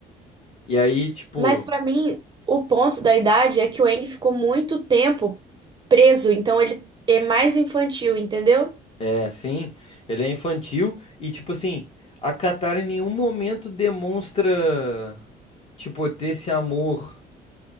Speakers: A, on the left; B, on the right.
A: E aí, tipo,
B: Mas pra mim, o ponto da idade é que o Aang ficou muito tempo preso, então ele é mais infantil, entendeu?
A: é, sim, ele é infantil e, tipo assim, a Katara em nenhum momento demonstra, tipo, ter esse amor